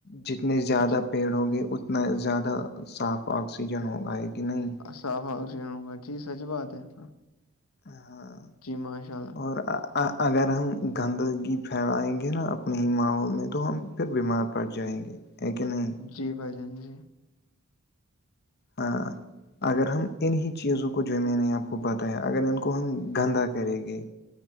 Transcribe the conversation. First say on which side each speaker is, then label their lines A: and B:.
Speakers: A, on the left (about 45°); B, on the left (about 80°).
A: جتنے زیادہ
B: جی
A: پیڑ ہوگے اتنا زیادہ صاف آکسیجن ہوگا ہے کہ نہیں
B: صاف حن ہوگا جی سچ بات ہے ہ
A: ہاں
B: جی ماشاء اللہ
A: اور اگر ہم گندگی پھیلائیں گے نا اپنے ہی ماحول میں تو ہم پھر بیمار پڑ جائیں گے ہے کہ نہیں
B: جی بھائی جان جی
A: ہاں اگر ہم انہیں چیزوں کو جو میں نے آپ کو بتایا اگر ان کو ہم گندا کریں گے